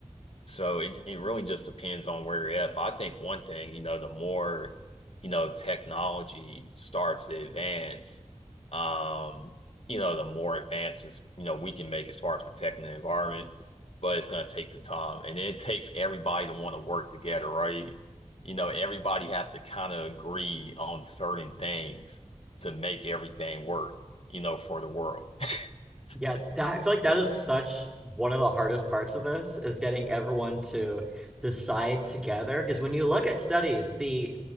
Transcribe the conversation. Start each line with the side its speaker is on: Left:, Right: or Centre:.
Left: so it, it really just depends on where you're at. But I think one thing, you know, the more, you know, technology starts to advance, um, you know, the more advancements, you know, we can make as far as protecting the environment, but it's gonna take some time. And it takes everybody to want to work together, right? You know, everybody has to kind of agree on certain things to make everything work, you know, for the world. <laughs>
Centre: Yeah, that, I feel like that is such one of the hardest parts of this is getting everyone to decide together. Because when you look at studies, the